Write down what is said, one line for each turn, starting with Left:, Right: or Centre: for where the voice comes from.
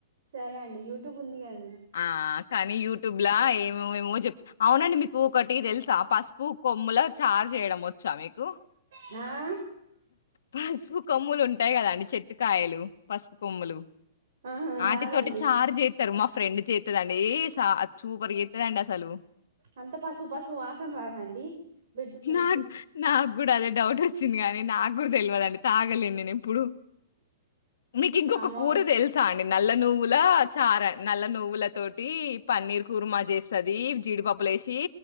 Right: సరే అండి యూ్యూబ్ ఉంది కద
Left: ఆ కానీ యూ తుబ్లాయి ఏమొమొ చెప్. అవునండి మీకు ఒకటి తెలుసా? పసుపు కొమ్ముల చార్ చేయడం వచ్చా, మీకు?
Right: హా
Left: పసుపు కొమ్ములు ఉంటాయి కదా అండి చెట్టుకాయలు పసుపు కొమ్ములు?
Right: ఆహా
Left: వాటి
Right: రాదండి
Left: తోటి చారు చేస్తారు. మా ఫ్రెండ్ చే చేస్తదండి చ చూపరి ఎతుదండి అసలు.
Right: అంత పసుపు పసుపు వాసన రాదండి బెడ్ ఖరాబ్
Left: నాక్
Right: చేస్త
Left: నాకు కూడా అదే డౌట్. చిినీ నాక్కూడా తెలివదండి తాగలే నేను ఎప్పుడు మీకు ఇంకొక
Right: వామ్మో
Left: కూర తెలుసా అండి? నల్ల నువ్వుల చారు, అండి? నల్ల నువ్వుల తోటి పన్నీర్ కుర్మా చేస్తుది జీడిపప్పులు వేసి.